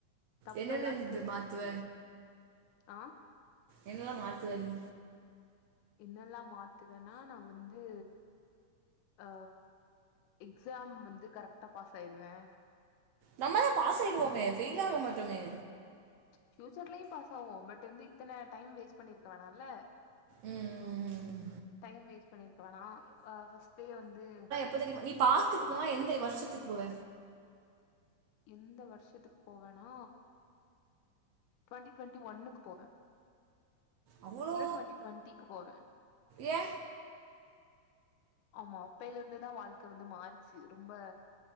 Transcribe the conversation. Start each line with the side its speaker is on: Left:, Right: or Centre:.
Left: தப்பெல்லா
Right: என்னென்ன இது
Left: செரி
Right: மாத்துவ
Left: பண்ணிருவே ஆம்
Right: என்னெல்லா மாத்துவ நீ
Left: என்னெல்லா மாத்துவேன்னா நா வந்து ஆ எக்ஸாம் வந்து கரெக்டா பாஸ் ஆயிருவே
Right: நம்ம தா பாஸ் ஆயிடுவோமே ஃபெயில் ஆவ மாட்டோமே
Left: ஃபியூச்சர்லயு பாஸ் ஆவோ பட் வந்து இத்தன டைம் வேஸ்ட் பண்ணிருக்க வேனால்ல
Right: ம்
Left: டைம் வேஸ்ட் பண்ணிருக்க வோனா அ ஃபஸ்ட் டே வந்து
Right: என்ன தெரியமா நீ பாஸ்டுக்கு போன எந்த வருஷத்துக்கு போவ
Left: எந்த வருஷத்துக்கு போவேன்னா ட்வெண்ட்டி ட்வெண்ட்டி ஒன்னுக்கு போவே
Right: அவ்ளோ
Left: இல்ல ட்வெண்ட்டி டுவெண்ட்டிக்கு போவே
Right: ஏ
Left: ஆமா அப்பையில இருந்துதா வாழ்க்க வந்து மாறிச்சு ரொம்ப